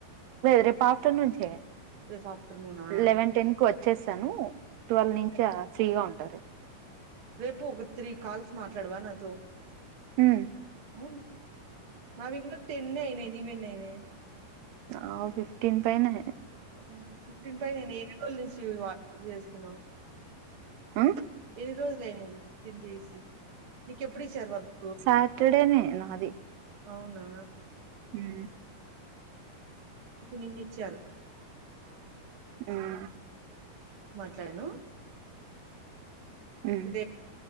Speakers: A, on the right; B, on the right.
A: రేప్ ఆఫ్టర్ నూన్ చేయం
B: రేపు ఆఫ్టర్నూనా
A: లెవెన్ టెన్ కు వచ్చేసాను ట్వెల్వ్ నుంచ ఆ ఫ్రీగా ఉంటారు.
B: రేపు ఒక త్రీ కాల్స్ మాట్లాడవా నాతో
A: హ్మ్
B: ఔ మావింగ టెన్నే అయినయ్ నీవెన్ని అయినయ్
A: ఆ ఫిఫ్టీన్ పైన్నే
B: ఆ ఫిఫ్టీన్ పైనే ఎన్ని రోజుల నుంచి వాన్ తొ చేస్తున్నావ్
A: ఆ
B: ఎన్ని రోజులాయ నువ్వు దీన్ని జేసి నీకేప్పుడు ఇచ్చారు వర్క్
A: సాటర్డేనే నాది
B: అవునా
A: మ్మ్
B: నిన్నచ్చారు
A: మ్మ్
B: మాట్లాడాను
A: మ్మ్
B: ఇదేర